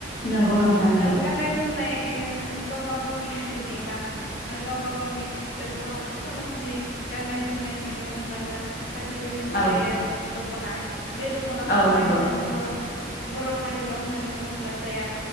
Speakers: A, on the left; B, on the left.
A: नंगौ नोंथां नंगौ
B: ओ गाननाय जोमनाय ओ गावबा गावनि हारिनि बा गावबा गावनि बर' समाजनि गाननाय जोमनाय होननानै बुङोब्ला जों गासैबो मिथिखायो
A: औ
B: द'खना बे दख'नाखौहाय
A: औ नंगौ
B: जों बर' हारिल' होननानै बुङोब्ला जाया